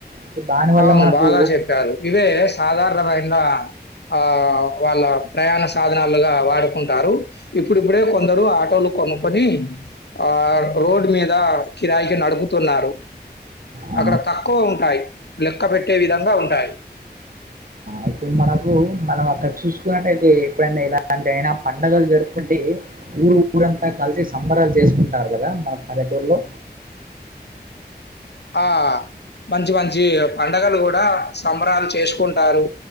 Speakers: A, on the right; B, on the left.
A: సో దానివల్ల
B: అవును
A: మనకు
B: బాగా చెప్పారు ఇవే సాధారణమైన ఆ వాళ్ళ ప్రయాణ సాధనాలుగా వాడుకుంటారు ఇప్పుడిప్పుడే కొందరు ఆటోలు కొనుక్కొని ఆ రోడ్ మీద కిరాయికి నడుపుతున్నారు
A: ఆ!
B: అక్కడ తక్కువ ఉంటాయి లెక్క పెట్టే విధంగా ఉంటాయి
A: అయితే మనకు మనం అక్కడ చూసుకున్నట్టయితే ఎప్పుడైనా ఇలాంటి అయినా పండుగలు జరుపుకుంటే ఊరు ఊరంతా కలిసి సంబరాలు చేసుకుంటారు కదా మన పల్లెటూరులో
B: ఆ మంచి మంచి పండగలు కూడా సంబరాలు చేసుకుంటారు